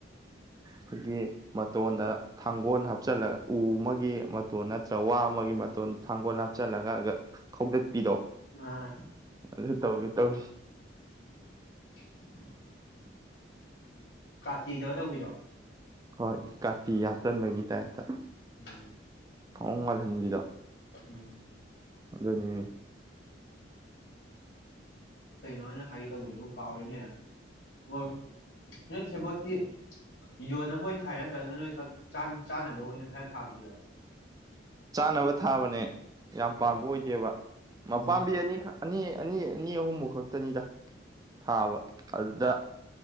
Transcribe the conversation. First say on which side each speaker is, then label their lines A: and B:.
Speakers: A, on the right; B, on the left.
A: ꯈꯣꯏꯒꯤ ꯃꯇꯣꯟꯗ ꯊꯥꯡꯒꯣꯟ ꯍꯥꯞꯆꯜꯂ ꯎ ꯑꯃꯒꯤ ꯃꯇꯣꯟ ꯅꯠꯇ꯭ꯔ ꯋꯥ ꯑꯃꯒꯤ ꯃꯇꯣꯟꯗ ꯊꯥꯡꯒꯣꯟ ꯍꯥꯞꯆꯜꯂꯒ ꯈꯥꯎꯗꯠ ꯄꯤꯗꯣ
B: ꯑꯥ
A: ꯑꯗꯨ ꯇꯧꯒꯦ ꯇꯧꯖ
B: <inaudible> ꯀꯥꯆꯤꯗꯧꯔ ꯇꯧꯕꯤꯗꯣ
A: ꯍꯣꯏ ꯀꯥꯇꯤ ꯍꯥꯞꯆꯟꯕꯒꯤ ꯇꯥꯏꯞꯇ
B: ꯎꯝ
A: ꯃꯣꯡ ꯃꯥꯜꯍꯟꯕꯤꯗꯣ
B: ꯎꯝ
A: ꯑꯗꯨꯅꯤ
B: ꯀꯩꯅꯣ ꯑꯣꯏꯅ ꯍꯥꯏꯒꯦ ꯇꯧꯕꯗꯨꯕꯨ ꯀꯥꯎꯔꯦꯅꯦ ꯑꯣ ꯅꯣꯏ ꯁꯦꯕꯣꯠꯇꯤ ꯌꯣꯟꯅꯕ ꯑꯣꯏꯅ ꯊꯥꯏꯔ ꯅꯠꯇ꯭ꯔꯒꯅ ꯅꯣꯏꯈꯛ ꯆꯥꯅꯕ ꯑꯣꯏꯅ ꯈꯔ ꯊꯥꯕꯤꯗꯨꯔ
A: ꯆꯥꯅꯕ ꯊꯥꯕꯅꯦ ꯌꯥꯝ ꯄꯥꯟꯕ
B: ꯎꯝ
A: ꯑꯣꯏꯗꯦꯕ ꯃꯄꯥꯝꯕꯤ
B: ꯎꯝ
A: ꯑꯅꯤꯈꯛ ꯑꯅꯤ ꯑꯅꯤ ꯑꯅꯤ ꯑꯍꯨꯝꯃꯨꯛ ꯈꯛꯇꯅꯤꯗ ꯊꯥꯕ ꯑꯗꯨꯗ